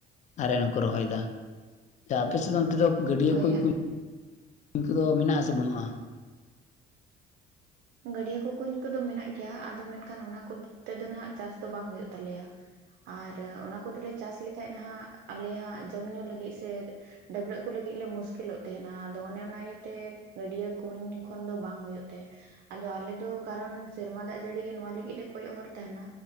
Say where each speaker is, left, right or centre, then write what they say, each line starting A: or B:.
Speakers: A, on the left; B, on the right.
A: ᱟᱨᱮᱱ ᱦᱚᱸᱠᱚ ᱨᱚᱦᱚᱭ ᱫᱟ ᱟᱫᱚ ᱟᱯᱮ ᱥᱮᱜ ᱫᱚ ᱚᱱᱛᱮ ᱫᱚ ᱜᱟᱹᱰᱤᱭᱟᱹ
B: ᱦᱳᱭ
A: ᱠᱚ ᱠᱩᱧ ᱠᱚᱫᱚ ᱢᱮᱱᱟᱜ ᱟᱥᱮ ᱵᱟᱹᱱᱩᱜᱼᱟ?
B: ᱜᱟᱹᱰᱤᱭᱟᱹ ᱠᱚ ᱠᱩᱧ ᱠᱚᱫᱚ ᱢᱮᱱᱟᱜ ᱜᱮᱭᱟ ᱟᱫᱚ ᱢᱮᱱᱠᱷᱟᱱ ᱚᱱᱟ ᱠᱚ ᱛᱮᱫᱚ ᱱᱟᱜ ᱪᱟᱥ ᱫᱚ ᱵᱟᱝ ᱦᱩᱭᱩᱜ ᱛᱟᱞᱮᱭᱟ᱾ ᱟᱨ ᱚᱱᱟ ᱠᱚᱛᱮᱞᱮ ᱪᱟᱥ ᱞᱮᱠᱷᱟᱡ ᱱᱟᱦᱟᱜ ᱟᱞᱮ ᱦᱟᱜ ᱡᱚᱢ ᱧᱩ ᱞᱟᱹᱜᱤᱜ ᱥᱮ ᱰᱟᱹᱵᱨᱟᱹᱜ ᱠᱚ ᱞᱟᱹᱜᱤᱫ ᱞᱮ ᱢᱩᱥᱠᱤᱞᱚᱜ ᱛᱟᱦᱮᱱᱟ ᱟᱫᱚ ᱚᱱᱮ ᱚᱱᱟ ᱤᱭᱟᱹᱛᱮ ᱜᱟᱹᱰᱭᱟᱹ ᱠᱩᱧ ᱠᱷᱚᱱ ᱫᱚ ᱵᱟᱝ ᱦᱩᱭᱩᱜ ᱛᱮ ᱟᱫᱚ ᱟᱞᱮ ᱫᱚ ᱠᱟᱨᱚᱱ ᱥᱮᱨᱢᱟ ᱫᱟᱜ ᱡᱟᱹᱲᱤ ᱜᱮ ᱱᱚᱣᱟ ᱞᱟᱹᱜᱤᱫ ᱞᱮ ᱠᱚᱭᱚᱜ ᱦᱚᱨ ᱛᱟᱦᱮᱱᱟ